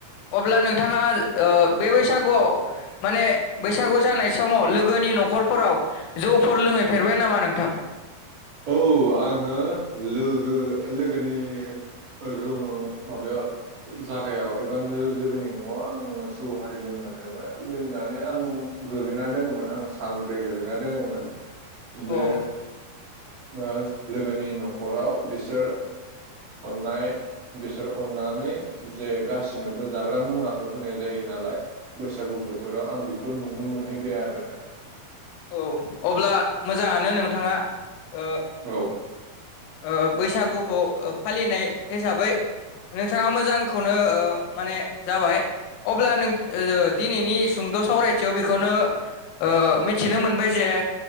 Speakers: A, on the left; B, on the right.
A: अब्ला नोंथाङा ओ बे बैसागुआव माने बैसागु जानाय समाव लोगोनि नखरफोराव जौफोर लोंहैफेरबाय नामा नोंथां?
B: औ आङो लोगो-लोगोनि रु माबायाव जागायाव एबा लोगोनि नआव आं जौ हारि लोंहैफेरबाय लोंनानै आं गोलैना दोङोमोन आं सानब्रै गोलैना दोङोमोन। बे
A: अ
B: ओ लोगोनि नखराव बिसोर अननाय बिसोर अननानै जे गासिनोबो जाग्रा मुवाखौ होनाय जायो नालाय बैसागु बोथोराव आं बेखौ नुनो मोनहैबाय आरोना।
A: औ अब्ला मोजाङानो नोंथाङा। ओ
B: औ
A: ओ बैसागुखौ फालिनाय हिसाबै नोंथाङा मोजांखौनो ओ माने जाबाय अब्ला नों ओ दिनैनि सुंद' सावरायथियाव बेखौनो ओ मिथिनो मोनबाय जे